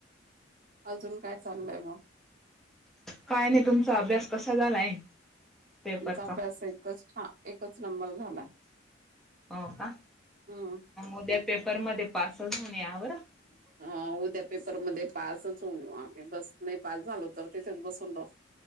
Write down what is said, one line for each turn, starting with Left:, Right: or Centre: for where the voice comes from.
Right: अजून काय चाललंय मग?
Centre: काय नाही, तुमचा अभ्यास कसा झालाय? पेपरचा
Right: आमचा अभ्यास एकच -एकच नंबर झाला.
Centre: हो का,
Right: हम्म
Centre: उद्या पेपर मध्ये पासचं होऊन या बरं.
Right: हो, उद्या पेपर मध्ये पासच होवून येवो आम्ही. बस नाही पास झालो तर, तिथेच बसून राहू.